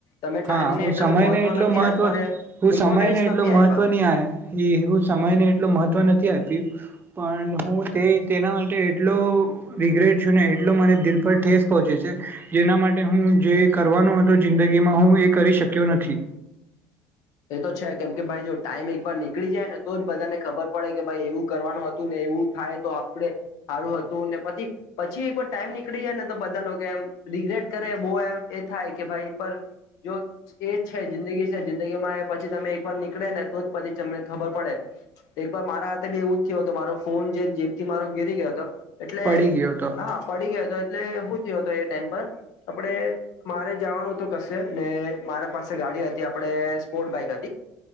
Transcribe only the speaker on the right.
હા હું
સમય
ને એટલો
મહત્વ
સમય ને એટલો
મહત્વ
ની આ હું સમય ને એટલો મહવ મહત્વ નથી આપ્યું પણ હુંતે તેનામાટે એટલો રિગ્રેટ છું મારા દિલ પર ઠેસ પહોંચે છે જેના માટે હું જે કરવાનો હતો જિંદગીમાં હું એ કરી શક્યો નથી
પડી ગયો હતો